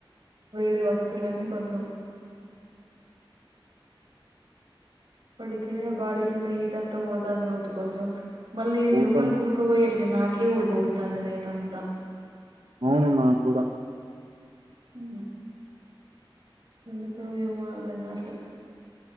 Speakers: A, on the right; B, on the right.
A: వేడి వస్తువులన్నీ కొంచెం ఇప్పటికే బాడీలు ఉన్న హీట్ అంతా పోతాంది కావచ్చు కొంచెం మళ్ళీ
B: పోతుంది.
A: ఎవ్వరి కుడ్ క బోయి ఇట్ల నాకే ఉుడుకబోతంది నైట్ అంత
B: అవును నాకూడ
A: ఉ ఎందుకు ఏమో అర్ధం కాట్లే